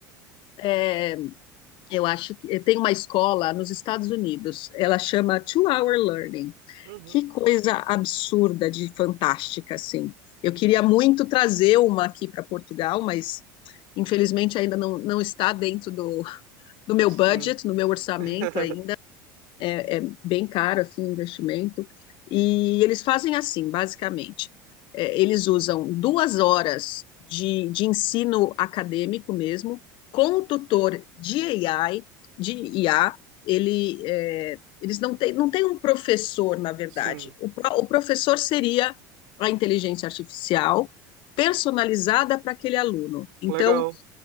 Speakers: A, on the left (about 55°); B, on the right (about 75°).
A: É, eu acho que tem uma escola nos Estados Unidos, ela chama Two Hour Learning.
B: Uhum.
A: Que coisa absurda de fantástica, assim. Eu queria muito trazer uma aqui para Portugal, mas infelizmente ainda não, não está dentro do, do meu
B: Sim.
A: budget, no meu orçamento
B: <laughs>
A: ainda é é bem caro assim o investimento. E eles fazem assim, basicamente. É, eles usam duas horas de, de ensino acadêmico mesmo, com o tutor de AI, de IA, ele, é, eles não têm não tem um professor, na verdade.
B: Sim.
A: O, pro- o professor seria a inteligência artificial personalizada para aquele aluno. Então,
B: Legal.